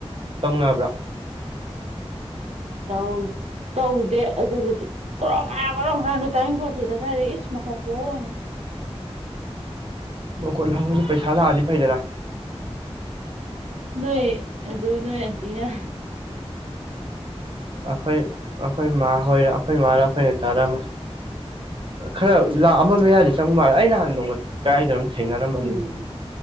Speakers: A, on the right (about 50°); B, on the right (about 80°).
A: ꯇꯧꯅꯕ꯭ꯔꯥ
B: ꯑꯧ ꯇꯧꯗꯦ ꯑꯗꯨꯕꯨꯗꯤ ꯀ꯭ꯔꯣ ꯀ ꯀꯣ ꯀꯅꯣ ꯇꯥꯏꯅꯤꯡ ꯄꯣꯗꯦꯗ ꯀꯥꯏꯗꯒꯤ ꯏꯁ ꯃꯈꯣꯛ ꯈꯨꯍꯦ <inaudible>
A: ꯃꯈꯣꯜ ꯍꯧ ꯄꯩꯁꯥ ꯂꯥꯛꯑꯗꯤ ꯐꯩꯗꯅ
B: ꯅꯣꯏ ꯑꯗꯨ ꯅꯣꯏ ꯑꯟꯇꯤꯅ
A: ꯑꯩꯈꯣꯏ ꯑꯩꯈꯣꯏ ꯏꯃ ꯍꯣꯏꯔ ꯑꯩꯈꯣꯏ ꯃꯥꯥꯔ ꯑꯩꯈꯣꯏꯅ ꯆꯥꯔꯝꯃ ꯈꯔ ꯂꯥꯛ ꯑꯃ ꯃꯌꯥꯗ ꯆꯪꯕ ꯃꯥꯜꯂꯦ ꯑꯩ ꯅꯍꯥꯟ ꯅꯣꯡꯃ ꯀꯔꯥꯏꯗꯅꯣꯝ ꯊꯦꯡꯅꯔꯝꯕꯅꯤꯅꯦ
B: ꯎꯝ